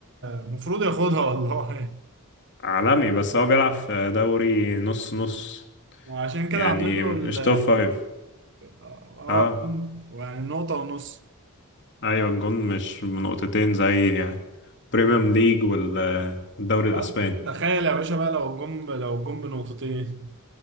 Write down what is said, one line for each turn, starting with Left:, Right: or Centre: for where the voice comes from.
Right: المفروض ياخدها والله <laughs>
Left: عالمي بس هو بيلعب في دوري نص نص
Right: وعشان كده
Left: يعني
Right: عاملين له
Left: مش
Right: ال
Left: توب فايف
Right: اه آه،
Left: اه
Right: جون يعني نقطه ونص
Left: ايوه الجون مش بنقطتين زي بريميوم ليج والدوري الاسباني
Right: اه تخيل يا باشا بقى لو الجون لو الجون بنقطتين